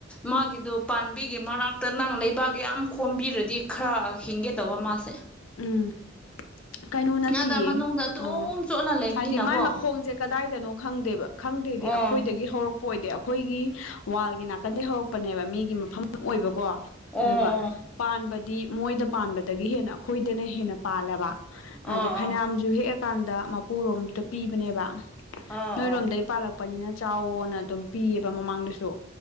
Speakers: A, in the centre; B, on the left (about 80°).
A: ꯃꯥꯒꯤꯗꯨ ꯄꯥꯝꯕꯤꯒꯤ ꯃꯅꯥꯛꯇ ꯅꯪ ꯂꯩꯕꯥꯛ ꯌꯥꯝ ꯈꯣꯝꯕꯤꯔꯗꯤ ꯈꯔ ꯍꯤꯡꯒꯦ ꯇꯧꯕ ꯃꯥꯁꯦ
B: ꯎꯝ ꯀꯩꯅꯣ ꯅꯠꯇꯦꯌꯦ
A: ꯉꯥꯗ ꯃꯅꯨꯡꯗ ꯑꯗꯨꯝ
B: ꯑ
A: ꯆꯣꯠꯂ ꯂꯩꯕꯅꯤꯅꯀꯣ
B: ꯍꯥꯏꯗꯤ ꯃꯥꯏ ꯃꯈꯣꯡꯁꯦ ꯀꯗꯥꯏꯗꯅꯣ ꯈꯪꯗꯦꯕ ꯈꯪꯗꯦꯗꯤ
A: ꯑꯣ
B: ꯑꯩꯈꯣꯏꯗꯒꯤ ꯍꯧꯔꯛ ꯄꯣꯏꯗꯦ ꯑꯩꯈꯣꯏꯒꯤ ꯋꯥꯜꯒꯤ ꯅꯥꯀꯟꯗꯩ ꯍꯧꯔꯛꯄꯅꯦꯕ ꯃꯤꯒꯤ ꯃꯐꯝ ꯑꯣꯏꯕꯀꯣ ꯑꯗꯨꯒ
A: ꯑꯣ ꯑꯣ ꯑꯣ
B: ꯄꯥꯟꯕꯗꯤ ꯃꯣꯏꯗ ꯄꯥꯟꯕꯗꯒꯤ ꯍꯦꯟꯅ ꯑꯩꯈꯣꯏꯗꯅ ꯍꯦꯟꯅ ꯄꯥꯜꯂꯕ
A: ꯑꯣ
B: ꯑꯗꯩ ꯐꯩꯅꯥꯝꯁꯨ ꯍꯦꯛꯑꯀꯥꯟꯗ ꯃꯄꯨꯔꯣꯝꯗ ꯄꯤꯕꯅꯦꯕ
A: ꯑꯣ ꯑꯣ
B: ꯅꯣꯏꯔꯣꯝꯗꯒꯤ ꯄꯥꯂꯛꯄꯅꯤꯅ ꯆꯥꯎꯅ ꯑꯗꯨꯝ ꯄꯤꯌꯦꯕ ꯃꯃꯥꯡꯗꯁꯨ